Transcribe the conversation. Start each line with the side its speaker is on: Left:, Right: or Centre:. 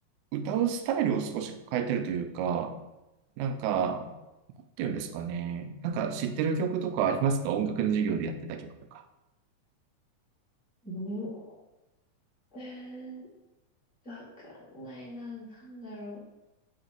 Right: 歌うスタイルを少し変えてるというか、なんか、なんていうんですかね。なんか知ってる曲とかありますか音楽の授業でやってた曲とか。
Centre: うーん。わかんないな。なんだろ